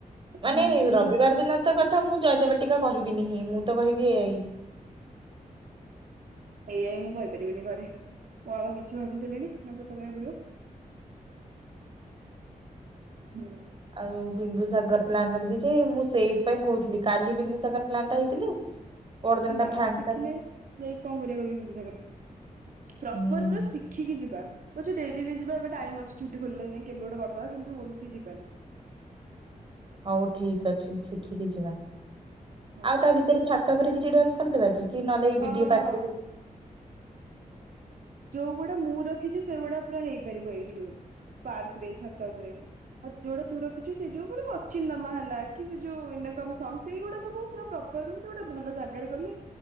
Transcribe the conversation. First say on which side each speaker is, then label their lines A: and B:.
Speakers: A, on the right (about 35°); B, on the right (about 70°).
A: ମାନେ
B: ହୁଁ ଯେ କିନ୍ତୁ
A: ରବିବାର ଦିନ ତ କଥା ମୁଁ ଜୟଦେବ ବାଟିକା କହିବିନ ହିଁ ମୁଁ ତ କହିବି ଏ ଆଇ।
B: ଏ ଆଇ ମୁଁ କହିପାରିବିନି ଘରେ। ମୋ ବାବା ମିଛ ଭାବି ସାରିଲେଣି ମତେ ସତ କହିବାକୁ ପଡିବ। ହୁଁ।
A: ଆଉ ବିନ୍ଦୁସାଗର ପ୍ଲାନ ରଖିଦେଇଚି। ମୁଁ ସେଇଥି ପାଇଁ କହୁଥିଲି କାଲି ବିନ୍ଦୁସାଗର ପ୍ଲାନ ଟା ହେଇଥିଲେ।
B: <unintelligible>
A: ପରଦିନ
B: ଏ
A: ଟା
B: ଡ୍ୟାନ୍ସ
A: ଫାଙ୍କା
B: ଶିଖିଲେ
A: ଥାନ୍ତା
B: ଯାଇକି କଣ କରିବା କହିଲୁ ବିନ୍ଦୁସାଗରରେ। ପ୍ରପର
A: ହୁଁ
B: ପୁରା ଶିଖ ଖିକିକି ଯିବା। ପଛେ ଡେରିରେ ଯିବା ଏବେ ଟାଇମ୍ ଅଛି ଛୁଟି ଖୋଲିଲେ ଯାଇ କେବେ ଗୋଟେ କରିଦବା କିନ୍ତୁ ଏମିତି ଯିବାନି।
A: ହଉ ଠିକ୍ ଅଛି ଶିଖିକି ଯିବା।
B: ହଁ।
A: ଆଉ ତା ଭିତରେ ଛାତ ଉପରେ କିଛି ଡ୍ୟାନ୍ସ କରିଦବା କି? କି ନହେଲେ ଏ
B: ହଁ
A: ବି ଡି
B: ହଁ
A: ଏ ପାର୍କ
B: ହଁ
A: ରେ?
B: ଯୋଉଗୁଡା ମୁଁ ରଖିଚି ସେଗୁଡା ପୁରା ହେଇପାରିବ ଏଇଠି ପାର୍କ ରେ ଛାତ ଉପରେ। ଆଉ ଯୋଉଟା ତୁ ରଖିଚୁ ସେ ଯୋଉ ପୁରା ପଚିନାମା ହେଲା କି ସେ ଯୋଉ ଏନକମ ସଙ୍ଗ ସେଇ ଗୁଡା ସବୁ ପୁରା ପ୍ରପର ଏମିତି ଗୋଟେ ଭଲ ଜାଗାରେ କଲେ